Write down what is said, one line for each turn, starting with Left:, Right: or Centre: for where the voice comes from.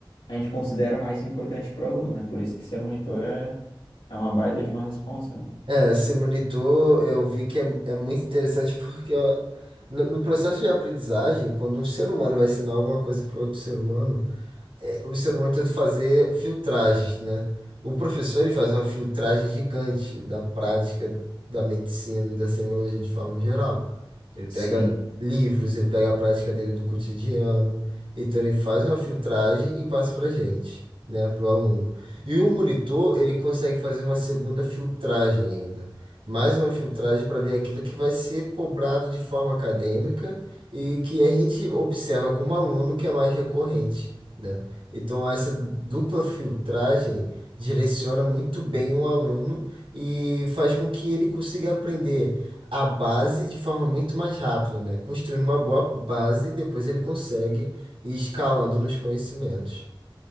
Left: a gente considera mais importante pro aluno, né? Por isso que ser monitor é, é uma baita de uma responsa, né?
Right: É, esse monitor eu vi que é, é muito interessante porque ó, no, no processo de aprendizagem, quando um ser humano vai ensinar alguma coisa para outro ser humano, é, o ser humano tenta fazer filtragens, né? O professor ele faz uma filtragem gigante da prática da medicina, e da semiologia de forma geral. Ele pega
Left: Sim.
Right: livros, ele pega a prática dele do cotidiano, então ele faz uma filtragem e passa para gente, né, para o aluno. E o monitor ele consegue fazer uma segunda filtragem ainda. Mais uma filtragem para ver aquilo que vai ser cobrado de forma acadêmica e que a gente observa como aluno que é mais recorrente né? Então, essa dupla filtragem direciona muito bem o aluno e faz com que ele consiga aprender a base de forma muito mais rápida, né? Construindo uma boa base, depois ele consegue ir escalando nos conhecimentos.